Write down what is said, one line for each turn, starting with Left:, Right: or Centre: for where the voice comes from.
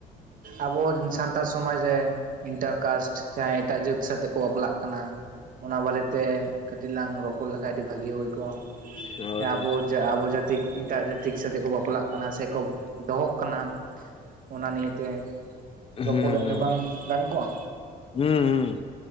Right: ᱟᱵᱚ ᱥᱟᱱᱛᱟᱲ ᱥᱚᱢᱟᱡᱽ ᱨᱮ ᱤᱱᱴᱟᱨᱠᱟᱥᱴ ᱡᱟᱦᱟᱸᱭ ᱮᱴᱟᱜ ᱡᱟᱹᱛ ᱥᱟᱛᱮᱜ ᱠᱚ ᱵᱟᱯᱞᱟᱜ ᱠᱟᱱᱟ᱾ ᱚᱱᱟ ᱵᱟᱨᱮᱛᱮ ᱠᱟᱹᱴᱤᱡ ᱞᱟᱝ ᱨᱚᱯᱚᱲ ᱞᱮᱠᱷᱟᱱ ᱟᱹᱰᱤ ᱵᱷᱟᱹᱜᱤ ᱦᱩᱭ ᱠᱚᱜᱼᱟ,
Left: ᱦᱳᱭ ᱦᱳᱭ
Right: ᱟᱵᱚ ᱡᱟ ᱟᱵᱚ ᱡᱟ ᱮᱴᱟᱜ ᱡᱟᱹᱛᱤ ᱥᱟᱛᱮᱜ ᱠᱚ ᱵᱟᱯᱞᱟᱜ ᱠᱟᱱᱟ, ᱥᱮᱠᱚ ᱫᱚᱦᱚᱜ ᱠᱟᱱᱟ᱾ ᱚᱱᱟ ᱱᱤᱭᱮᱛᱮ ᱨᱚᱯᱚᱲ
Left: ᱦᱩᱸ ᱦᱩᱸ
Right: ᱞᱮᱱᱠᱷᱟᱱ ᱵᱟᱝ ᱜᱟᱱ ᱠᱚᱜᱼᱟ?
Left: ᱦᱩᱸ᱾ ᱦᱩᱸ